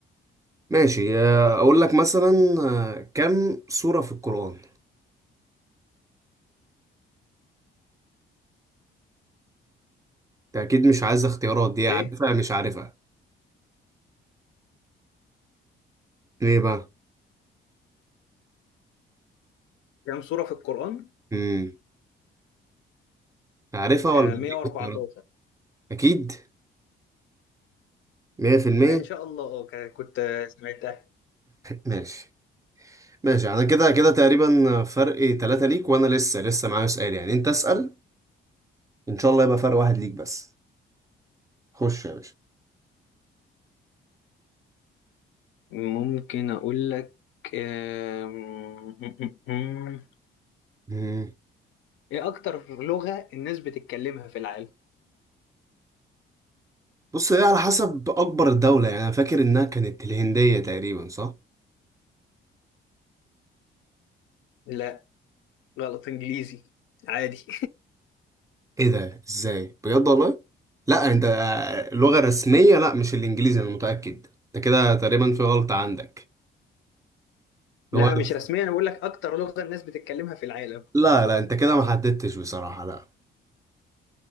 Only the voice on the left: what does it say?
<laughs> ايه
كم سوره في القران
آه
114
ان شاء الله اه ك- كنت آه، سمعتها
ممكن اقول لك آه، م- م- م- م.
ايه اكتر لغه الناس بتتكلمها في العالم
لا غلط انجليزي عادي
<laughs> لا
مش رسميا انا بقول لك اكتر لغه الناس بتتكلمها في العالم